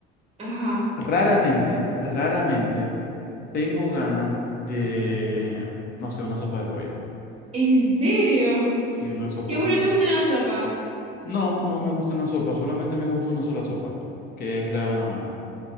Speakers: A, on the right (about 30°); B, on the left (about 50°).
A: Ajá,
B: raramente, raramente tengo ganas de, no sé, una sopa de pollo.
A: ¿en serio?
B: Sí, una sopa
A: Si a
B: así
A: vos no te gustan las sopas,
B: No, no me gusta una sopa, solamente me gusta una sola sopa, que es la,